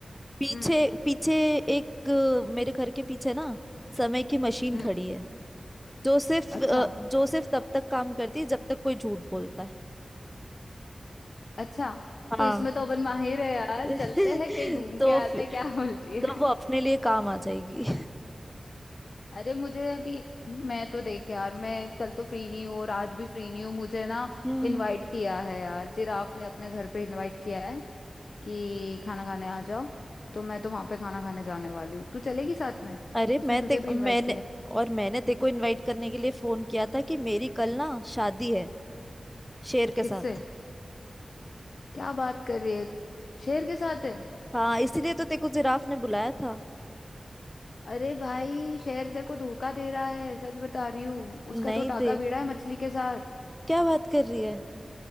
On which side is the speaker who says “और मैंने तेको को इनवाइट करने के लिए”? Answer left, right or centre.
Centre